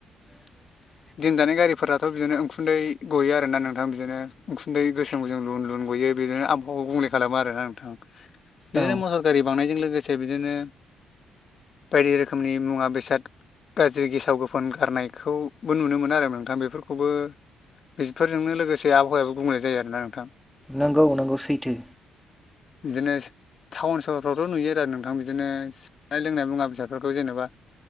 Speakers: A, in the centre; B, on the left.
A: <unintelligible>
B: दिन दानाय गारिफोराथ' बिदिनो उखुन्दै गयो आरोना नोंथां बिदिनो उखुन्दै गोसोम गोसोम लुन लुन ग बेयो बेदिनो आबहावाखौ गुबुंले खालामो आरो ना नोंथां। बिदिनो
A: औ
B: मटर गारि बांनायजों लोगोसे बिदिनो बायदि रोखोमनि मुवा बेसाद गाज्रि गेसाव गोफोन गारनायखौबो नुनो मोनो आरो नोंथां बेफोरखौबो बेफोरजोंनो लोगोसे आबहावायाबो बुंलनाय जायो आरोना नोंथां।
A: नोंगौ नंगौ सैथो।
B: बिदिनोस टाउन सहरफ्रावथ' नुयो आरो नोंथां बिदिनो जानाय लोंनाय मुवा बेसादफोरखौ जेनेबा